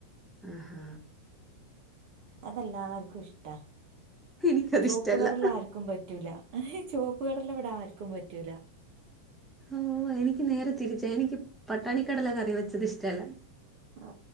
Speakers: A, in the centre; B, on the right (about 45°).
A: ആഹ ഹഹ
B: അതെല്ലാർക്കും ഇഷ്ടാ
A: എനിക്കത്
B: ചുവപ്പ
A: ഇഷ്ടല്ല
B: കടല്ല ആർക്കും പറ്റൂല ആ ചുവപ്പ കടല്ലാം ഇവിടെ ആർക്കും പറ്റൂല
A: ഓ എനിക്ക് നേരെ തിരിച്ച എനിക്ക് പട്ടാണിക്കടല കറി വെച്ചത് ഇഷ്ടല്ല
B: ആ